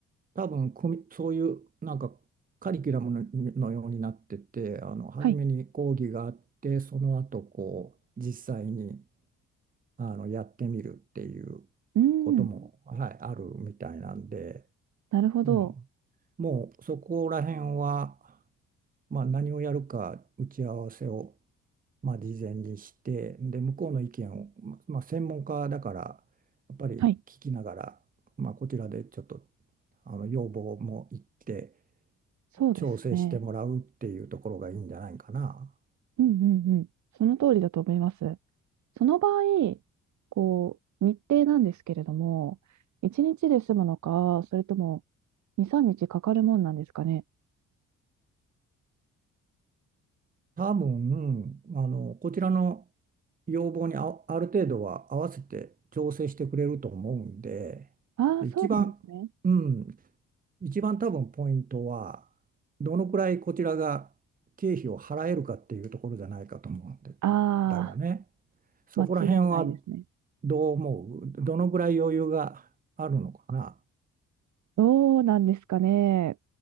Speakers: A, on the right; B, on the right.
A: 多分組、そういうなんかカリキュラムの、のようになってて、あの初めに講義があって、
B: はい。
A: その後こう、実際に。あの、やってみるっていう
B: うん。
A: ことも、はい、あるみたいなんで、
B: なるほど。
A: うん。もうそこら辺は、まあ、何をやるか打ち合わせを、まあ、事前にして、で、向こうの意見を、ままあ、専門家だから、やっぱり聞きながら、
B: はい。
A: まあ、こちらでちょっと、あの、要望も言って、
B: そうですね。
A: 調整してもらうっていうところがいいんじゃないかな。
B: うんうんうん。その通りだと思います。その場合、こう、日程なんですけれども、1日で済むのか、それとも2、3日かかかるもんなんですかね。
A: 多分、あの、こちらの要望にあ、ある程度は合わせて調整してくれると思うんで、
B: ああ、
A: で一番、
B: そうなんですね。
A: うん、一番多分ポイントは、どのくらいこちらが経費を払えるかっていうところじゃないかと思うんで、
B: ああ、
A: だよね。そこら辺は
B: 間違いないですね。
A: どう思うどのくらい余裕があるのかな
B: どうなんですかね。